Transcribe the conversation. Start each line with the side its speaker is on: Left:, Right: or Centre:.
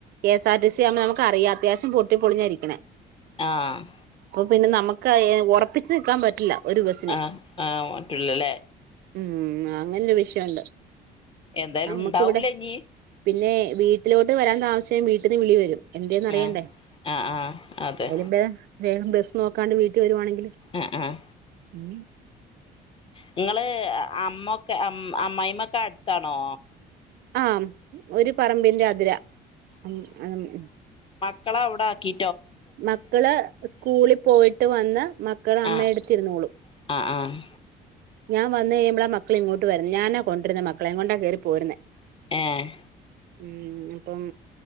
Right: K S R T C ആകുന്ന നമുക്കറിയാ അത്യാശം പൊട്ടിപൊളിഞ്ഞാരിക്ക്ണേ
Left: ആഹ്
Right: പിന്നെ നമ്ക്ക് ഒറപ്പിച്ച് നിക്കാ പറ്റില്ല ഒരു ബസ്സിനെ
Left: ആഹ് ആഹ് പറ്റ്ല്ല ല്ലേ
Right: ഉമ് അങ്ങനെ ഒരു വിഷയ ണ്ട്
Left: എന്തായാലും
Right: നമ്മക്കിവിടെ
Left: ഉണ്ടാവൂല ഇനി
Right: പിന്നെ വീട്ടിലോ ട്ട് വരാൻ താമസിച്ച വീട്ട്ന്ന് വിളി വരും എന്തേന്ന് അറിയണ്ടേ
Left: ആഹ് ആഹ് ആഹ് അതെ
Right: അതിലും ബേധം വേഗം ബ സ് നോക്കാണ്ട് വീട്ട് വരുവാണങ്കി
Left: അഹ് ആഹ്
Right: ഉമ്
Left: നിങ്ങള് അമ്മകൊ അമ്മായിമ്മൊക്കെ അട്ത്താണോ?
Right: ആമ് ഒരു പറമ്പിന്റെ അതിരാ ഉമ് ആമ്
Left: ക്കള അവിടാക്കി
Right: മക്കള് സ്കൂളി പോയിട്ട് വന്ന് മക്കള്
Left: ആഹ്
Right: അമ്മ എടുത്തിരുന്നോളു
Left: ആഹ് ആഹ്
Right: ഞാൻ വന്ന് കഴുമ്പളാ മക്കള് ഇങ്ങോട്ട് വര്ന്നേ ഞാനാ കൊണ്ടര്ന്നേ മക്കളെ കൊണ്ടാ കേറി പോര്ന്നേ
Left: ഏഹ്
Right: ഉം അപ്പം